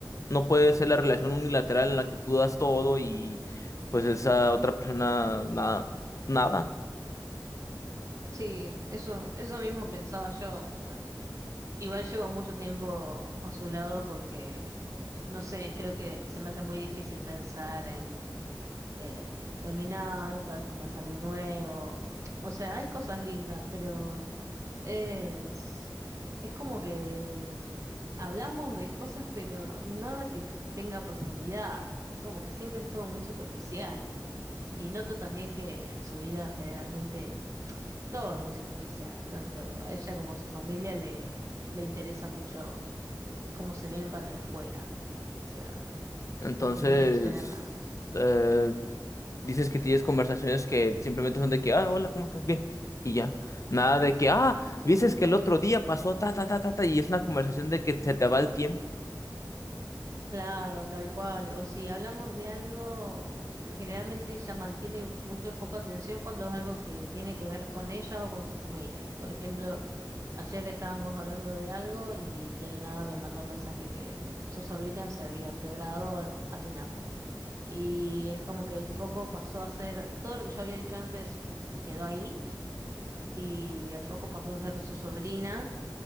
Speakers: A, on the left; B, on the right.
A: no puede ser la relación unilateral en la que tú das todo y pues esa otra persona nada, nada.
B: Sí, eso, eso mismo pensaba yo, o sea. Igual llevo mucho tiempo a su lado porque, no sé, creo que se me hace muy difícil pensar en eh, terminar, otra vez comenzar de nuevo. O sea, hay cosas lindas, pero es, es como que hablamos de cosas, pero nada que tenga profundidad. Es como que siempre es todo muy superficial. Y noto también que en su vida generalmente todo es muy superficial, tanto a ella como a su familia le, le interesa mucho eh, cómo se ven para el afuera, o sea,
A: Entonces,
B: la opinión externa.
A: eh, Dices que tienes conversaciones que simplemente son de que, ah, hola, ¿cómo estás? Bien. Y ya. Nada de que, ah, dices que el otro día pasó, ta, ta, ta, ta, ta, y es una conversación de que se te va el tiempo.
B: Claro, tal cual. O si hablamos de algo, generalmente ella mantiene mucho el foco de atención cuando es algo que tiene que ver con ella o con su familia. Por ejemplo, ayer estábamos hablando de algo y de la nada me mandó un mensaje que su sobrina se había quebrado patinando. Y es como que el foco pasó a ser, todo lo que yo había dicho antes quedó ahí y el foco pasó a ser su sobrina.